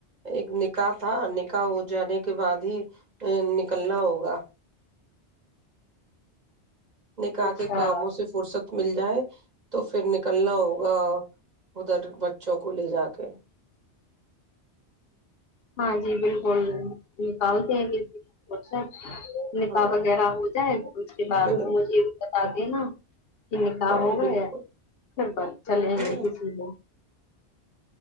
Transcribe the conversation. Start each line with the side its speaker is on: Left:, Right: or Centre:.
Right: ایک نکاح تھا نکاح ہو جانے کے بعد ہی نکلنا ہوگا نکا
Left: اچھا
Right: کے کاموں سے فرصت مل جائے تو پھر نکلنا ہوگا ادھر بچوں کو لے جا کے
Left: ہاں جی بالکل نکالتے ہیں کہا نکاح
Right: ہاں
Left: وغیرہ ہو جائے اس کے بعد
Right: بال
Left: مجھے بتا دینا کہ نکاح
Right: ہاں
Left: ہو
Right: بالکل
Left: گئے پھر چلیں
Right: ہاں
Left: گے کسی میں